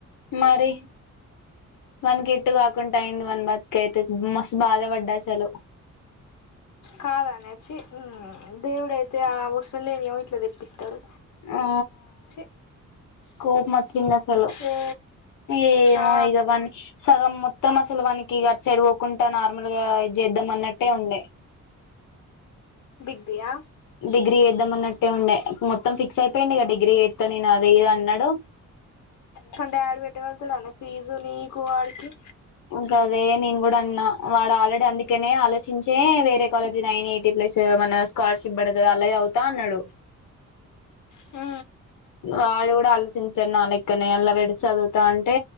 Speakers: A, on the left; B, on the left.
A: మరి వానికి ఎటు కాకుంటా అయింది వాని బతుకయితే మస్త్ బాధపడ్డా అసలు.
B: కాదనే చీ దేవుడైతే ఆ అవసరం లేనియేమో ఇట్లా తెప్పిత్తడు.
A: ఆ
B: ఛీ
A: కోపం వచ్చింది అసలు
B: ఏ
A: ఏమో
B: ఆ
A: ఇగ వాని సగం మొత్తం అసలు వానికి ఇగ అట్ సైడ్ పోకుంటా నార్మల్గా ఇది చేద్దాం అన్నట్టే ఉండే.
B: డిగ్రీయా?
A: డిగ్రీ చేద్దామన్నట్టే ఉండే మొత్తం ఫిక్స్ అయిపోయిండు ఇగ డిగ్రీ చేత్తా నేను అది ఇది అన్నడు,
B: కని డాడీ పెట్టగలుగుతడానే ఫీజు నీకు, వాడికి.
A: గదే నేను కూడా అన్నా, వాడు ఆల్రెడీ అందుకేనే ఆలోచించే వేరే కాలేజీ నైన్ ఎయిటీ ప్లస్ మన స్కాలర్షిప్ బడదు అల్ల చదువుతా అన్నడు.
B: ఆ
A: వాడు కూడా ఆలోచించుతడు నా లెక్కనే, అల్లా పెడి చదువుతా అంటే